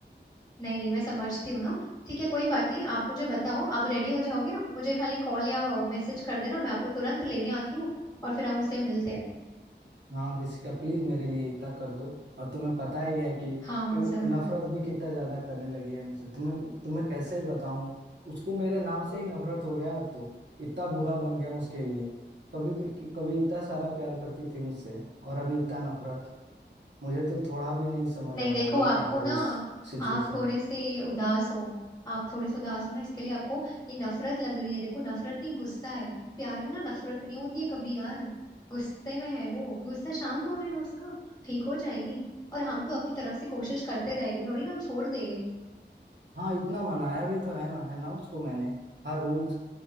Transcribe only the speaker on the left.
नहीं नहीं मैं समझती हूँ ना ठीक है कोई बात नहीं आप मुझे बताओ आप रेडी हो जाओगे ना मुझे खाली कॉल या मैसेज कर देना मैं आपको तुरंत लेने आती हूँ और फिर हम उसे मिलते हैं
हाँ हाँ
जरूर
नहीं
देखो
आपको
ना
आप थोड़े
से उदास हो आप थोड़े से उदास हो ना इसके लिए आपको ये नफरत लग रही है देखो नफरत नहीं गुस्सा है प्यार में ना नफरत नहीं होती है कभी यार गुस्से में है वो गुस्सा शांत होने दो उसका ठीक हो जाएगी और हम तो अपनी तरफ से कोशिश करते रहेंगे थोड़ी ना हम छोड़ देंगे